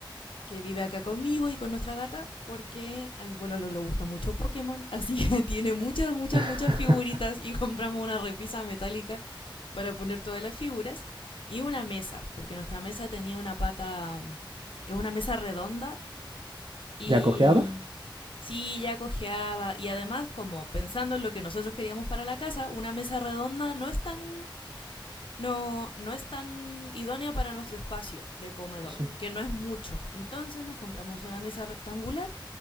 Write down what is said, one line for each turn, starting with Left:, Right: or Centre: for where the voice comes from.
Left: que vive acá conmigo y con nuestra gata, porque a mi pueblo le gusta mucho Pokémon, <laughs> así que tiene muchas, muchas,
Right: <laughs>
Left: muchas figuritas y compramos una repisa metálica para poner todas las figuras y una mesa, porque nuestra mesa tenía una pata, es una mesa redonda y
Right: ¿Ya cojeaba?
Left: sí, ya cojeaba y además como pensando en lo que nosotros queríamos para la casa, una mesa redonda no es tan no, no es tan idónea para nuestro espacio de comedor,
Right: Sí.
Left: que no es mucho. Entonces nos compramos una mesa rectangular